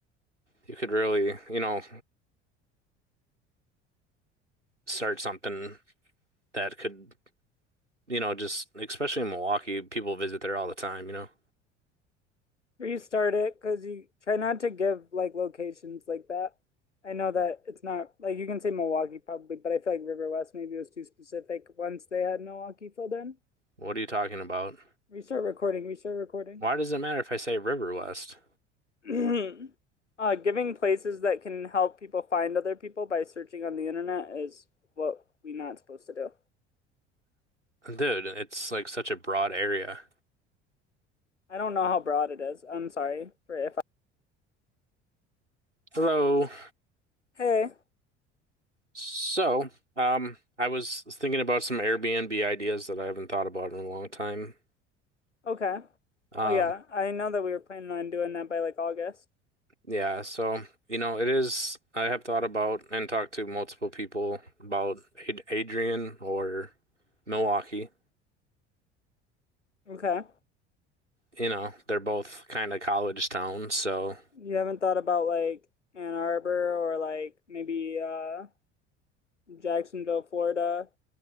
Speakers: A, on the right (about 85°); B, on the left (about 85°).
A: You could really, you know, start something that could, you know, just especially in Milwaukee, people visit there all the time, you know.
B: Restart it because you try not to give like locations like that. I know that it's not like you can say Milwaukee probably, but I feel like River West maybe was too specific once they had Milwaukee filled in.
A: What are you talking about?
B: Restart recording, restart recording.
A: Why does it matter if I say River West?
B: <clears throat> Uh, giving places that can help people find other people by searching on the internet is what we're not supposed to do.
A: Dude, it's like such a broad area.
B: I don't know how broad it is. I'm sorry for if I.
A: Hello.
B: Hey.
A: So, um, I was thinking about some Airbnb ideas that I haven't thought about in a long time.
B: Okay.
A: Um,
B: Oh yeah, I know that we were planning on doing that by like August.
A: Yeah, so you know, it is. I have thought about and talked to multiple people about Ad Adrian or Milwaukee.
B: Okay.
A: You know, they're both kind of college towns, so
B: You haven't thought about like Ann Arbor or like maybe uh Jacksonville, Florida,